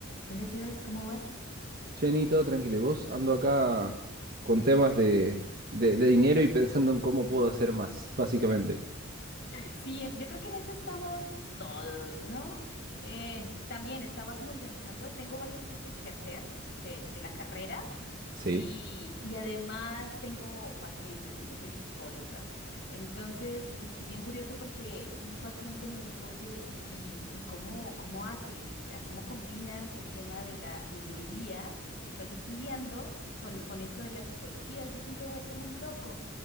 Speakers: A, on the left; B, on the right.
A: Hola Sebas, ¿cómo vas?
B: Jenny, todo tranquilo. ¿Y vos? Ando acá con temas de, de- de dinero y pensando en cómo puedo hacer más, <laughs> básicamente.
A: Sí, en- yo creo que en eso estamos todos, ¿no? Eh, también estaba como organizando, tengo varios cursos que hacer de, de la carrera
B: Sí.
A: y, y además tengo pacientes, ¿no? Yo soy psicóloga. Entonces, mm, bien curioso porque un paciente me dijo, oye, ¿y, y cómo, cómo haces? O sea, ¿cómo combinas el tema de la ingeniería que estás estudiando con, con esto de la psicología? Eso es un revuelto muy loco.